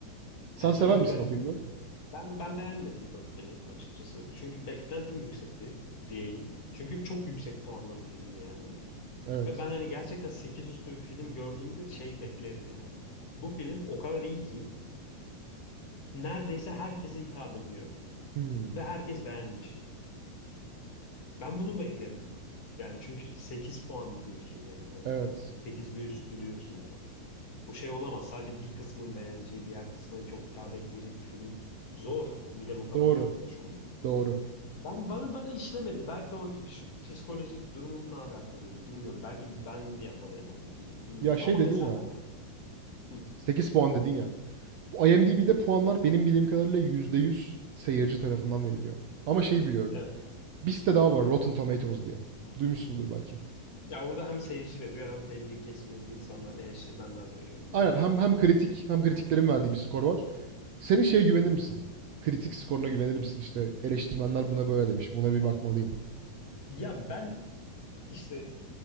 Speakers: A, on the right; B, on the left.
A: Sen
B: Hani
A: sever
B: böyle bir
A: misin
B: garip.
A: o filmi?
B: Ben ben beğenmedim Birdman'i açıkçası. Çünkü beklentim yüksekti diyeyim. Çünkü çok yüksek puanlı bir filmdi yani.
A: Evet.
B: Ve ben hani gerçekten 8 üstü bir film gördüğümde şey beklerim yani. Bu film o kadar iyi ki neredeyse herkese hitap ediyor
A: Hmm,
B: ve herkes beğenmiş. Ben bunu beklerim. Yani çünkü 8 puan diyorsun yani hani
A: Evet.
B: 8 ve üstü diyorsun yani. Bu şey olamaz. Sadece bir kısmın beğeneceği, diğer kısmına çok hitap etmeyecek bir film. Zor. Bir de bu kadar
A: Doğru.
B: tanınmış olup.
A: Doğru.
B: Ben bana bana işlemedi. Belki o anki psik- psikolojik durumumla alakalıydı. Bilmiyorum. Belki ben yakalayamadım filmi. Bilmiyorum.
A: Ya şey
B: Ama
A: dedin
B: mesela
A: ya.
B: ha, hı,
A: 8 puan dedin ya. Bu IMDb'de puanlar benim bildiğim kadarıyla %100 seyirci tarafından veriliyor. Ama şeyi biliyorum.
B: evet.
A: Bir site daha var Rotten Tomatoes diye. Duymuşsundur belki.
B: Ya orada hem seyirci veriyor hem belli kesimdeki insanlar eleştirmenler veriyor
A: Aynen hem hem kritik
B: biliyorum.
A: hem kritiklerin verdiği bir skor var. Senin şeye güvenir misin? Kritik skoruna güvenir misin? İşte eleştirmenler buna böyle demiş. Buna bir bakmalıyım.
B: Ya ben işte